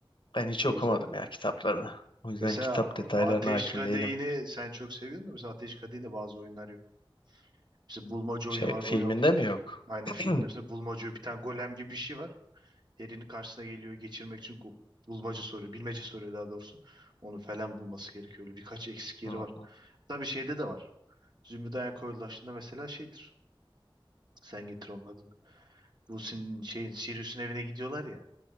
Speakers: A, on the left; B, on the right.
A: Ben hiç
B: O
A: okumadım
B: yüzden.
A: ya kitaplarını. O yüzden
B: Mesela
A: kitap detaylarına
B: Ateş
A: hakim
B: Kadehi'ni
A: değilim.
B: sen çok seviyordun da mesela Ateş Kadehi'nde bazı oyunlar yok. Mesela bulmaca
A: Şey,
B: oyunu var
A: filminde
B: o yok.
A: mi yok?
B: Aynı
A: <clears throat>
B: filmde
A: Hı
B: mesela bulmaca bir tane golem gibi bir şey var. Elini karşısına geliyor geçirmek için go- bulmaca soruyor. Bilmece soruyor daha doğrusu. Onu falan bulması gerekiyor. Öyle birkaç eksik yeri
A: hı.
B: var. Tabii şeyde de var. Zümrüt Dayan Koyulaşı'nda mesela şeydir. Sen getir onun adını. Bu sin şeyin Sirius'un evine gidiyorlar ya.